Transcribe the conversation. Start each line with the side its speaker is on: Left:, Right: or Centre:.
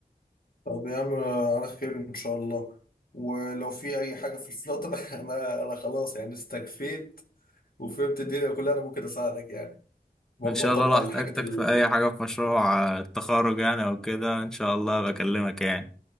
Left: طب يا عم على خير ان شاء الله ولو في اي حاجه في الفلاتر <laughs> انا انا خلاص يعني استكفيت وفهمت الدنيا كلها انا ممكن اساعدك يعني برضه
Centre: ان شاء
Left: اطبق
Centre: الله لو احتجتك
Left: الحاجات ال...
Centre: في اي حاجه في مشروع آه، التخرج يعني او كده ان شاء الله بكلمك يعني